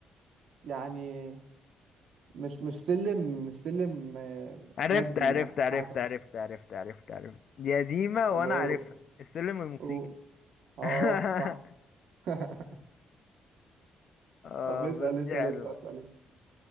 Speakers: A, on the right; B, on the left.
A: يعني مش مش سلم مش سلم آه،
B: عرفت
A: مادي
B: عرفت
A: يعني
B: عرفت
A: حاجة
B: عرفت عرفت عرفت عرفت دي قديمة
A: طب
B: وانا
A: أقول
B: عارفها السلم الموسيقي
A: أقول اه
B: <laughs>
A: صح <laughs>
B: اه
A: طب اسأل
B: بس
A: اسأل
B: دي حلوة
A: انت اسأل انت